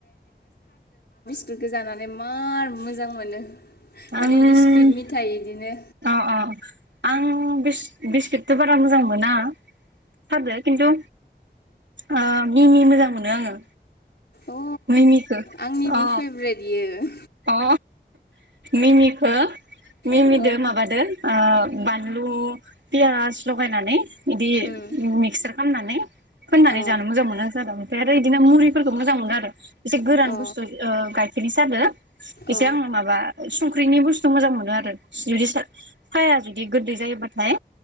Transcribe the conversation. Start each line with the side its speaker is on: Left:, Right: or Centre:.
Left: गोखो जानानै मार मोजां मोनो
Right: ओं
Left: माने बिस्किट मिथाइ इदिनो
Right: अ अ आं बिस्कुटथ' बारा मोजां मोना सादो खिन्थु आ मिमि मोजां मोनो आङो
Left: अ
Right: मनिखौ
Left: आंनिबो
Right: अ
Left: फेभरेट इयो
Right: अ मिमिखौ मिमिदो
Left: अ
Right: माबादो बानलु पियाज लगायनानै इदि
Left: उम
Right: मिक्सार खामनानै फोननानै
Left: अ
Right: जानो मोजां मोनो <inaudible> ओमफ्राय आरो बिदिनो मुरिफोरखौ मोजां मोनो आरो एसे गोरान
Left: अ
Right: बस्थु गाय बिनि सागो इसे
Left: अ
Right: आंङो माबा संख्रि संख्रिनि बुस्थु मोजां मोनो आरो जुदि साहाया जुदि गोदै जायोबाथाय